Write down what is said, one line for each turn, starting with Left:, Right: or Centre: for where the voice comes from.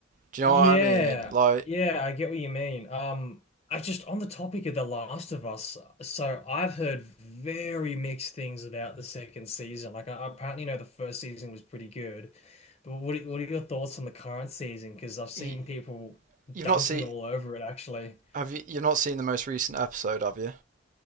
Right: Do you
Left: Yeah,
Right: know what I mean? Like
Left: yeah, I get what you mean. Um, I just on the topic of The Last of Us. So I've heard very mixed things about the second season. Like I, I apparently know the first season was pretty good, but what are- what are your thoughts on the current season? Because I've seen
Right: you,
Left: people
Right: you've
Left: dunking
Right: not seen
Left: all over it actually.
Right: have you you've not seen the most recent episode, have you?